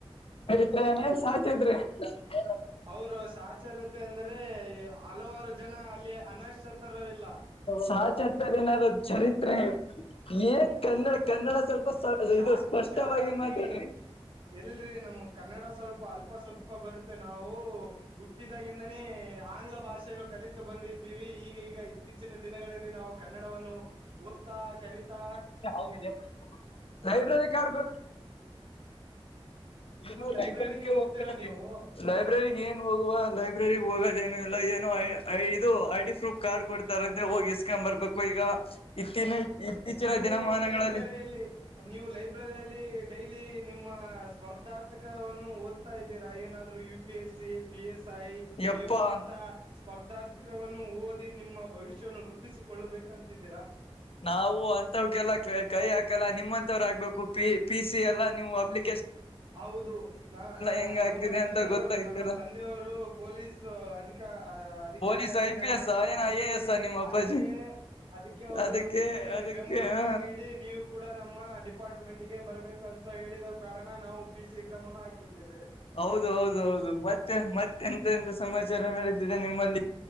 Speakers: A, on the left (about 65°); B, on the right (about 50°).
A: ಮರಿತ್ಏನನ್ ಸಾತ ಇದ್ರಿ <unintelligible>
B: <unintelligible> ಅವರು ಸಾಚರತೆ ಅಂದರೆ ಹಲವಾರು ಜನ ಅಲ್ಲಿ ಅನಶತರು ಇಲ್ಲಾ
A: ಸಾಹಚತರ್ ಏನಾದ್ ಚರಿತ್ರೆ ಏನ್ ಕನ್ನಡ ಕನ್ನಡ ಸ್ವಲ್ಪ
B: ಸಾಕ್ಷರತೆ
A: ಇದು ಸ್ಪಷ್ಟವಾಗಿ ಮಾತಾಡ್ರಿ
B: ಇಲ್ರರಿ ನಮ್ಗ್ ಕನ್ನಡ ಸ್ವಲ್ಪ ಅಲ್ಪ ಸ್ವಲ್ಪ ಬರುತ್ತೆ ನಾವು ಹುಟ್ಟಿದಾಗಿಂದಾನೇ ಆಂಗ್ಲ ಭಾಷೆನ ಕಲಿತು ಬಂದಿದ್ದೀವಿ ಈಗ ಈಗ ಇತ್ತೀಚಿನ ದಿನಗಳಲ್ಲಿ ನಾವು ಕನ್ನಡವನ್ನು ಓದ್ತಾ ಕಲಿತಾ
A: <unintelligible>
B: ಇದೀವಿ
A: ಲೈಬ್ರರಿ ಕಾರ್ಡ್ ಕೊಟ್ ಏನು
B: ಲೈಬ್ರರಿಗೆ
A: ಲೈಬ್ರ
B: ಹೋಗ್ತೀರಾ
A: ಹೋಗ್ತ
B: ನೀವು
A: ಲೈಬ್ರ ಏನು ಹೋಗುವ ಲೈಬ್ರರಿ ಹೋಗದ ಎನು ಇಲ್ಲಾ ಏನು ಇದು ಐ ಡಿ ಪ್ರೂಫ್ ಕಾರ್ಡ್ ಕೊಡ್ತಾರಂತೆ ಹೋಗಿ ಇಸ್ಕೊ ಬರ್ಬೇಕು ಈಗ <unintelligible>
B: ನೀವು
A: ದಿನಮಾನಗಳಲ್ಲಿ
B: ಲೈಬ್ರರಿಯಲ್ಲಿ ನೀವು ಲೈಬ್ರರಿಯಲ್ಲಿ ಡೈಲಿ ನಿಮ್ಮ ಸ್ಪರ್ಧಾರ್ಥಕವನ್ನು ಓದ್ತಾ ಇದ್ದೀರಾ ಏನಾದ್ರೂ U P S C P S I
A: ಯಪ್ಪಾ
B: ಇವು ಅಂತಾ ಸ್ಪರ್ಧಾರ್ಥಿಕವನ್ನು ಓದಿ ನಿಮ್ಮ ಭವಿಷ್ಯವನ್ನು ರೂಪಿಸಿಕೊಳ್ಳಬೇಕಂತಿದ್ದೀರಾ.
A: ನಾವು ಅಂತವ್ಕಲ್ಲ ಕೈ ಹಾಕಲ್ಲ ನಿಮ್ಮಂತವರು ಹಾಕಬೆಕು ಪಿ ಪಿ ಸಿ ಎಲ್ಲ ನೀವು ಅಪ್ಲಿ
B: ಹೌದು ನ ನಾ
A: ಹೆಂಗ ಆಗ್ತಿದೆ
B: ನಮ್ಮ ತಂದೆಯ
A: ಅಂತ ಗೊತ್ತಾಗ್ತಿಲ್ಲ
B: ನಮ್ಮ ತಂದೆಯವರು ಪೊಲೀಸ್ ಅಧಿಕ ಅಧಿಕಾರಿಯಾಗಿದ್ದಾರೆ
A: ಪೊಲೀಸ್ ಐ ಪಿ ಎಸ್ ಏನ
B: ಅದಕ್ಕೆ
A: ಐ ಎ ಎಸ್ ನಿಮ್ಮ ಅಪ್ಪಾಜಿ
B: ಅದಕ್ಕೆ ಅದಕ್ಕೆ ಅವರು
A: ಅದಕ್ಕೆ
B: ನಮಗೆ
A: ಅದಕ್ಕೆ
B: ಬೆಂಬಲವನ್ನು
A: ಹ
B: ನೀಡಿ ನೀವು ಕೂಡ ನಮ್ಮ ಡಿಪಾರ್ಟ್ಮೆಂಟ್ ಗೆ ಬರಬೇಕು ಅಂತ ಹೇಳಿದ ಕಾರಣ ನಾವು ಪಿ ಸಿ ಎಕ್ಸಾಮ್ ಅನ್ನು ಹಾಕಿದ್ದೇವೆ
A: ಹೌದು ಹೌದು ಹೌದು ಮತ್ತೆ ಮತ್ತೆ ಎಂತ ಎಂತ ಸಮಾಚಾರ ನಡೆದಿದೆ ನಿಮ್ಮಲ್ಲಿ